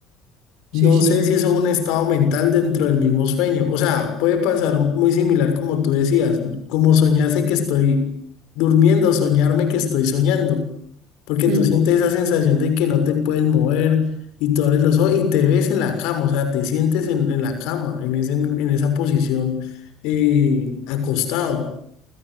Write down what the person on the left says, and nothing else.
No
sé si eso es un estado mental dentro del mismo sueño. O sea, puede pasar muy similar como tú decías, como soñarse que estoy durmiendo, soñarme que estoy soñando. Porque
tú sientes esa sensación de que no te puedes mover y tú abres los ojos y te ves en la cama, o sea, te sientes en, en la cama, en ese, en esa posición eh, acostado.